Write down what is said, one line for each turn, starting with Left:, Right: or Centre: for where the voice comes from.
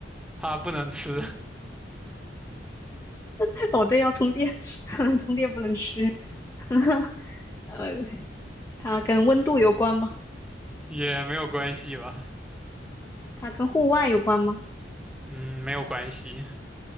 Centre: 它不能吃，
Left: <laughs> 哦，对，要充电，<laughs> 充电不能吃。<laughs> 呃，它跟温度有关吗？
Centre: <laughs> 也没有关系吧？
Left: 它跟户外有关吗？
Centre: 嗯，没有关系。